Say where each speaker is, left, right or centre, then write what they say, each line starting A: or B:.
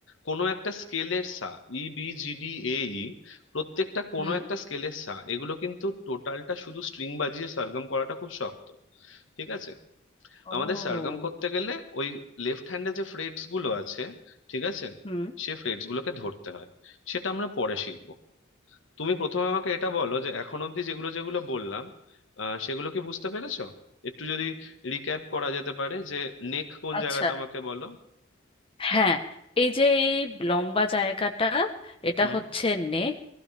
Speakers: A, on the left (about 75°); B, on the left (about 25°).
A: কোনো একটা স্কেলের সা E B G D A E প্রত্যেকটা কোনো
B: হুম
A: একটা স্কেলের সা এগুলো কিন্তু টোটালটা শুধু স্ট্রিং বাজিয়ে সরগম করাটা খুব শক্ত ঠিক আছে
B: ও
A: আমাদের সারগম করতে গেলে ওই লেফট হ্যান্ডে যে ফ্রেটস গুলো আছে ঠিক আছে
B: হুম
A: সে ফ্রেটস গুলোকে ধরতে হয় সেটা আমরা পরে শিখবো তুমি প্রথমে আমাকে এটা বলো যে এখন অবধি যেগুলো যেগুলো বললাম আহ, সেগুলো কি বুঝতে পেরেছো একটু যদি রিক্যাপ করা যেতে পারে যে নেক কোন
B: আচ্ছা
A: জায়গাটা আমাকে বলো
B: হ্যাঁ এই যে এই লম্বা জায়গাটা এটা
A: হুম
B: হচ্ছে নেক